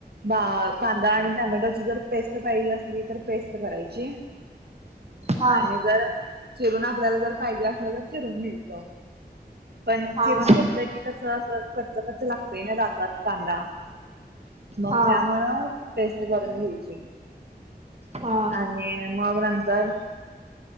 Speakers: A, on the right; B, on the right.
A: बा कांदा आणि टमॅटोची जर पेस्ट पाहिजे असली तर पेस्ट करायची
B: हा
A: आणि जर चिरून आपल्याला जर पाहिजे असलं तर चिरून मिळतं. पण
B: हा
A: चिरून घेत की कस अस कचं कचं लागतय ना दातात कांदा मग
B: हा
A: त्याम पेस्ट करून घ्यायची
B: हा
A: आणि मग नंतर